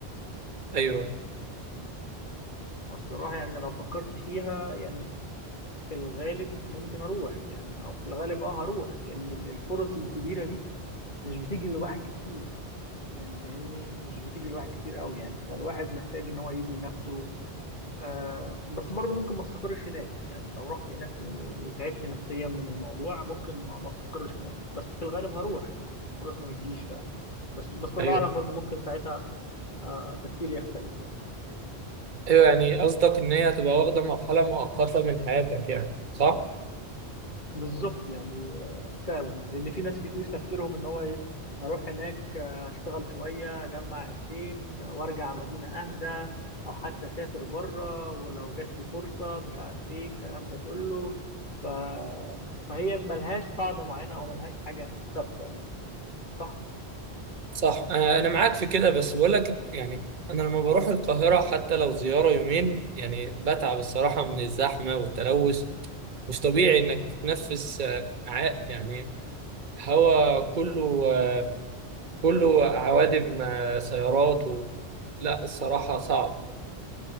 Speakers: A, on the right; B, on the left.
A: ايوه
B: مم. والصراحه يعني لو فكرت فيها يعني في الغالب ممكن اروح يعني او في الغالب اه هروح لان ال- الفرص الكبيره دي مش بتيجي لواحد كتير يعني فاهمني مش بتيجي لواحد كتير قوي يعني فالواحد محتاج ان هو يبني نفسه آه بس برضه ممكن ما استقرش هناك يعني لو رحت هناك وتعبت نفسيا من الموضوع ممكن ما ما استقرش هناك بس في الغالب هروح الفرص ما بتجيش فعلا بس بس الله
A: ايوه
B: اعلم برضه ممكن ساعتها آه تفكيري يختلف يعني
A: ايوه يعني قصدك ان هي هتبقى واخدة مرحلة مؤقتة من حياتك يعني صح
B: بالظبط يعني فعلا لان في ناس كتير تفكيرهم ان هو ايه اروح هناك آه، اشتغل شويه اجمع قرشين آه، وارجع مدينه اهدى او حتى اسافر بره ولو جات لي فرصه مش عارف ايه الكلام ده كله ف... فهي ملهاش قاعده معينه او ملهاش حاجه ثابته صح
A: صح انا أنا معاك في كده بس بقول لك يعني انا لما بروح القاهرة حتى لو زيارة يومين يعني بتعب الصراحة من الزحمة والتلوث مش طبيعي انك تتنفس آه، عا- يعني هوا كله آه، كله عوادم آه، سيارات و... لا الصراحة صعب